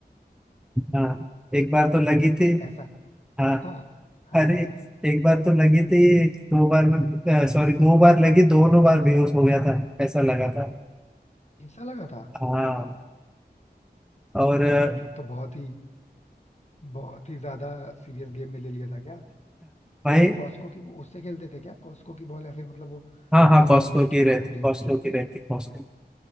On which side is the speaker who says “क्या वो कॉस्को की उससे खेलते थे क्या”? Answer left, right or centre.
Left